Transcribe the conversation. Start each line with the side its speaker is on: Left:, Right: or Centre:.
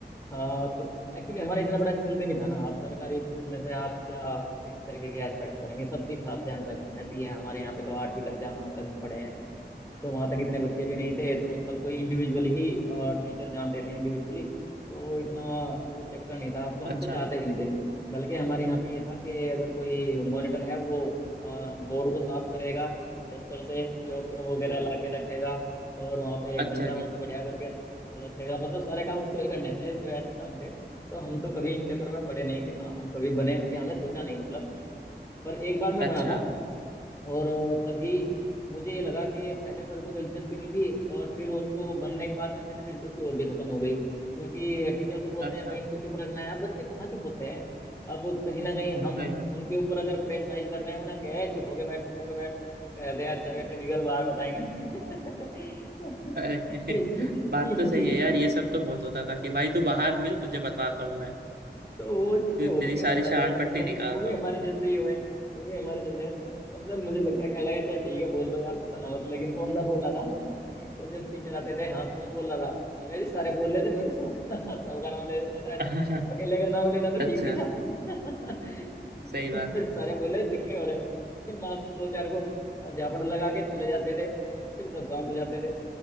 Left: हाँ तो एक्चुअली हमारा इतना बड़ा स्कूल भी नहीं था ना आप सरकारी स्कूल में से आप क्या इस तरीके के एस्पेक्ट करेंगे सबकी आप जान पहचान रहती है हमारे यहाँ पे तो आठवीं तक जहाँ तक हम पढ़े हैं तो वहां तक इतने बच्चे भी नहीं थे तो सबको इंडिविजुअल ही टीचर जानते थे इंडिविजुअली तो इतना वो चक्कर नहीं था तो हम
Right: अच्छा
Left: तो चाहते भी नहीं थे बल्कि हमारे यहाँ पे ये था कि अगर कोई मॉनिटर है वो बोर्ड को साफ करेगा दस्तर से चौक वगैरह ला के रखेगा और वहाँ पे
Right: अच्छा
Left: डंडा वंडा
Right: जी
Left: बढ़िया करके रखेगा मतलब सारे काम उसको ही करने थे जो ऐसे काम थे तो हम तो कभी इन चक्करों में पड़े नहीं कि हाँ हम कभी बने या हमने सोचा नहीं मतलब पर एक बार मैं
Right: अच्छा
Left: बना था और तभी मुझे ये लगा कि पहले मेरे को दिलचस्पी नहीं थी और फिर उसको बनने के बाद में मेरी दिलचस्पी और भी खत्म हो गई क्योंकि टीचर तो बोलते
Right: अच्छा
Left: हैं भाई इनको चुप रखना है अब बच्चे कहाँ चुप होते हैं अब कहीं ना कहीं हम
Right: सही बात
Left: उनके ऊपर अगर प्रेशराइज कर रहे हैं उन्हें कहे चुप होके बैठ चुप होके बैठ तो वो कहते हैं अच्छा बेटे निकल बाहर बताएंगे <laughs>
Right: अरे
Left: ये चीज
Right: <laughs> बात
Left: ये
Right: तो सही
Left: चीज
Right: है यार ये सब तो बहुत होता था कि भाई तू बाहर मिल तुझे बताता हूँ मैं
Left: तो वो चीजें
Right: तू-
Left: होती
Right: तेरी
Left: हैं
Right: सारी
Left: थोड़ा
Right: शान
Left: सा ना
Right: पट्टी
Left: मतलब
Right: निकालता
Left: वो भी
Right: हूँ
Left: हमारे जैसे ही हुए हैं वो भी हमारे जैसे हैं तो मतलब मुझे लगता है क्या लगा चल ठीक है बोल दो यार पता ना मत लेकिन कौन सा बोला था <laughs> तो जब टीचर आते थे हाँ कौन बोला था मगर जी सारे बोल रहे थे मैं भी सबका <laughs> सबका नाम ले लेता था ऐसे
Right: <laughs>
Left: अकेले का नाम लेना तो
Right: अच्छा
Left: ठीक नहीं था <laughs>
Right: सही
Left: तो
Right: बात
Left: जी
Right: है
Left: सारे बोले चुप नहीं हो रहे फिर मास्टर दो चार को अ, झापड़ लगा के चले जाते थे वो फिर सब शांत हो जाते थे